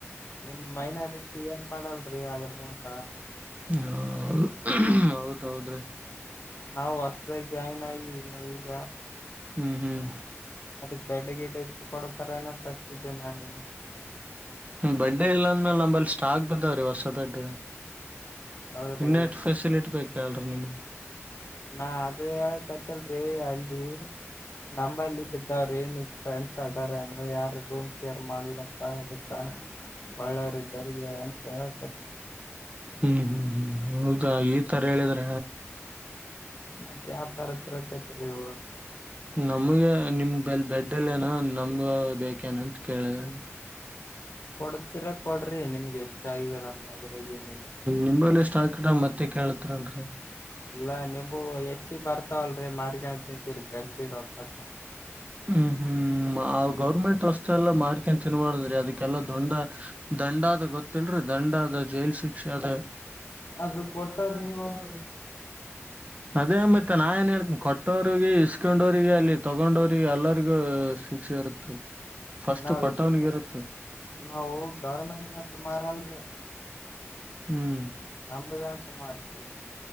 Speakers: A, on the left (about 60°); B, on the right (about 30°).
A: ನಿಮ್ ಮೈನಾರಿಟಿ ಏನ್ ಮಾಡಲ್ರಿ ಅದ್ರ ಮುಂದ
B: <unintelligible> ಹೌದೌದು ರೀ
A: ನಾವು ಹೊಸದಾಗಿ ಜಾಯ್ನ್ ಆಗಿನ ಈಗ
B: ಹ್ಮ್ ಹ್ಮ್
A: ಅದ ಬೆಡ್ ಗಿದು ಎಷ್ಟು ಕೊಡತಾರ ಏನಂತ ಹಚ್ಚಿದ್ದೇ ನಾನುನು
B: ಬೆಡ್ ಇಲ್ಲ ಅಂದ್ಮೇಲೆ ನಂಬಲ್ಲಿ ಸ್ಟಾಕ್ ಬಿದ್ದಾವ್ರೀ ಹೊಸ ಬೆಡ್
A: ಹೌದ್ರಿ
B: ಇನ್ನ ಎಷ್ಟು ಫೆಸಿಲಿಟಿ ಬೇಕ ಹೇಳರಿ ನಿಮ್ಗೆ
A: ನಾ ಅದ ಹೇಳಾಕತ್ತಿಳ್ರಿ ಅಲ್ಲಿ ನಂಬಲ್ಲಿ ಇದ್ದವರು ಏನ ಫ್ರೆಂಡ್ಸ್ <unintelligible> ಯಾರ ರೂಮ್ ಶೇರ್ ಮಾಡ್ಲ ಅಂತ ಅದಕ್ಕ
B: <inaudible>
A: ಒಳ್ಳೆಯವರು ಇದಾವರಿಗೆ ಹೇಳು ಅಂತ ಹೇಳಕ್
B: ಹ್ಮ್ ಹ್ಮ್ ಹ್ಮ್ ಹೌದ ಈ ತರ ಹೇಳಿದ್ರ
A: ಮತ್ತೆ ಯಾವ್ ತರ ತಿಳ್ಕತೀರಾ ನೀವು
B: ನಮಗೆ ನಿಮ್ ಬೆಡ್ ಇಲ್ಲ ಏನೋ ನಮಗ ಬೇಕೇನಂತ ಕೇಳಿದ
A: ಕೊಡ್ತರ ಕೊಡ್ರಿ ನಿಮ್ಗೆ ಹೆಚ್ಚಾಗಿದರಲ್ಲ ಅದ್ರಗ ಏನಿಲ್ಲ
B: ನಿಂಬಲ್ಲಿ ಸ್ಟಾಕ್ ಮತ್ತೆ ಕೇಳತ್ರಲ್ರಿ
A: ಇಲ್ಲಾ ನಿಂಬು ಹೆಚ್ಚಿಗೆ ಬರ್ತಾವಲ್ರರಿ ಮಾರಿ ಕಣಂತೀರಿ ಕಲ್ತೀರ <unintelligible>
B: ಹ್ಮ್ ಹ್ಮ್ ಗೌರ್ಮೆಂಟ್ ವಾಸು ಎಲ್ಲ ಮಾರ್ಕೊಂಡು ತಿನ್ಬಾರದ್ರಿ ಅದಕ್ಕೆಲ್ಲಾ ದೊಂಡ ದಂಡ ಆದ ಗೊತ್ತಲ್ರಿ ದಂಡ ಆದ ಜೈಲ್ ಶಿಕ್ಷೆ ಆದ
A: ಅದು
B: <unintelligible>
A: ಕೊಟ್ಟವ್ರ ನೀವಲ್ರಿ
B: ಅದೇ ಮತ್ತೆ ನಾ ಏನ್ ಹೇಳ್ತೀನಿ ಕೊಟ್ಟೋರಿಗೆ ಇಸ್ಕೊಂಡ್ರಿಗೆ ಅಲ್ಲಿ ತಗೊಂಡೋರಿಗೆ ಎಲ್ಲರಿಗೂ ಶಿಕ್ಷೆ ಇರುತ್ತೆ ಫಸ್ಟ್
A: ನಾವ್
B: ಕಟ್ಟೋನ್ಗೆ ಇರುತ್ತೆ
A: ನಾವು ಗೌರ್ಮೆಂಟ್ಂತ ಮಾರಲ್ರಿ
B: ಹ್ಮ್
A: ನಮ್ದಂತ ಮಾರ್ತೀವಿ